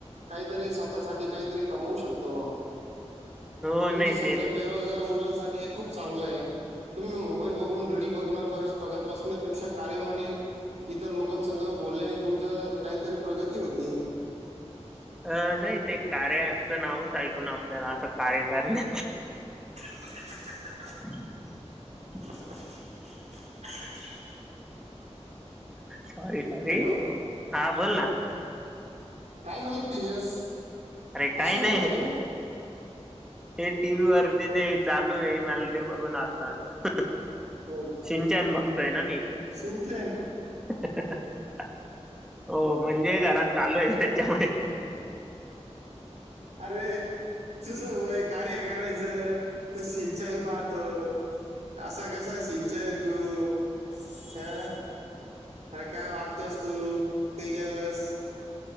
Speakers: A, on the right; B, in the centre.
A: काहीतरी स्वतःसाठी काहीतरी कमवू शकतो
B: हो
A: तुमच्यासारख्या
B: नाही ते
A: बेरोजगार मुलांसाठी हे खूप चांगलं आहे तुम्ही मोबाईल बघून रील बघ बघत बसण्यापेक्षा कार्यामध्ये इतर लोकांसह बोलल्याने तुम तर काहीतरी प्रगती होती
B: अ नाही ते कार्य पचं नावच ऐक ना आपल्याला असं कार्य करणे
A: ह
B: हम्म.
A: का
B: सॉरी सॉरी
A: हॅलो
B: हा बोल ना
A: काय झालं तेजस
B: अरे
A: हसू
B: काही नाही
A: राहिला तू
B: हे टी व्ही वरती ते चालू आहे मला ते बघून असं आलं
A: हो का?
B: सिंचन बघतोय ना मी
A: सिंचन
B: <unintelligible> म्हणजे घरात चालू आहे त्याच्यामुळे
A: अरे तुझ वय कार्य करायचं तू सिंचन पाहतो असा कसा सिंचन तू हं अरे काय वागतोस तू तेजस